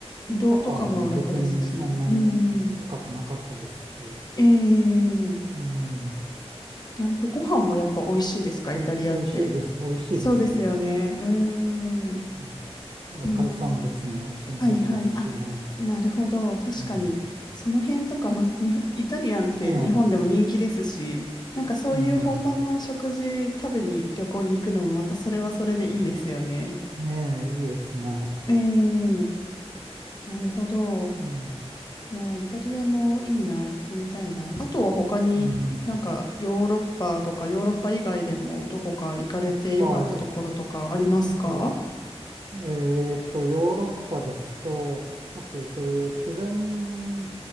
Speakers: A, on the right; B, on the left.
A: レンタカーも別にそんなに深くなかったですし、
B: 移動とかも楽ですし。うん、ええ
A: うん、
B: なるほど。ご飯もやっぱ美味しいですか、
A: 美味し、
B: イタリアって。
A: 美味しいです。美味しいですよ。
B: そうですよね。うーん、
A: うん、なんか海産物も新鮮ですしね。
B: ええはいはい。あ、
A: う
B: なるほど。確かに。
A: ん、
B: その辺とか、まあ、にイタリアンって日本でも人気ですし、
A: ね
B: なんかそういう本場の食事食べに旅行に行くのもまたそれはそれでいいですよね。
A: え、うんねえ、いいですね。
B: ええなるほど。
A: うん。
B: いや、イタリアもいいな、行ってみたいな。あとは他になんかヨーロッパとかヨーロッパ以外でもどこか行かれてよかったところとかありますか
A: うん。あ、はい。いや、えーっと、ヨーロッパですと、もしそういう自然